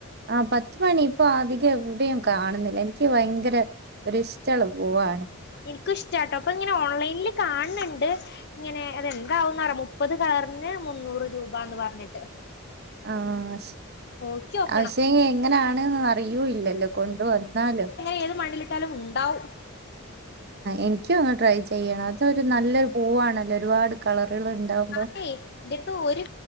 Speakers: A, on the right; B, on the left.
A: ആ പത്ത മണി ഇപ്പൊ അധികം എവിടെയും കാണുന്നില്ല എനിക്ക് ഭയങ്കര ഒരിഷ്ടമുള്ള പോൂവാണ്
B: എനിക്കും ഇഷ്ടാട്ടോ അപ്പൊ ഇങ്ങനെ ഓൺലൈനിൽ കാണണ്ട് ഇങ്ങനെ അതെന്താവന്ന്റിയ മുപ്പത് കളറിന് മുന്നൂറ് രൂപന്ന് പറഞ്ഞിട്ട്
A: ആഹ
B: നോക്കിയോക്കണം
A: അവശ എങ്ങനാണ് അല്ലല്ലോ കൊണ്ട വന്നാലോ
B: അങ്ങനെ ഏത് മണ്ണിലിട്ടാലും ഉണ്ടാവും
A: ഒരിക്കും ഒന്ന് ട്രൈ ചെയ്യണം അതൊരു നല്ലരു പൂവാണല്ലോ ഒരുപാട് കളറുകൾ ഉണ്ടാവുമ്പോ
B: ആണേ എന്റെത്ത് ഒരു